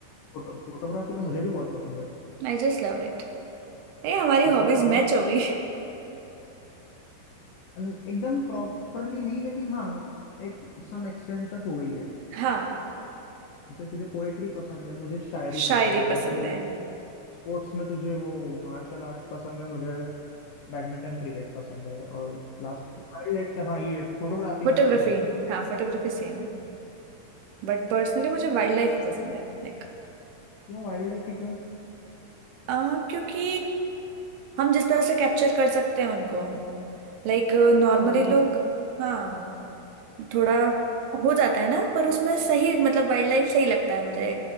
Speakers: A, on the left; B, on the right.
A: फोटो फोटोग्राफी तो मुझे भी बहुत पसंद है
B: I just love it ये हमारी
A: तो
B: हॉबीज
A: तू कहाँ
B: मैच हो गई
A: अन- एकदम प्रॉपरली नहीं लेकिन हाँ एक सम एक्सटेंट तक हो गई है
B: <laughs> हाँ
A: जैसे तुझे पोएट्री पसंद है मुझे शायरी
B: शायरी
A: पसंद है तुझे
B: पसंद है
A: स्पोर्ट्स में तुझे वो मार्शल आर्ट्स पसंद है मुझे बैडमिंटन क्रिकेट पसंद है और लास्ट वाइल्ड लाइफ हाँ ये फोटोग्राफी
B: फोटोग्राफी
A: का सेम है
B: हाँ फोटोग्राफी सेम है बट पर्सनली मुझे वाइल्ड लाइफ पसंद है लाइक
A: क्यों वाइल्ड लाइफ भी क्यों
B: आ, क्योंकि हम जिस तरह से कैप्चर कर सकते हैं उनको लाइक नॉर्मली
A: हाँ वो भी
B: लोग
A: है
B: हाँ थोड़ा हो जाता है ना पर उसमें सही मतलब वाइल्ड लाइफ सही लगता है मुझे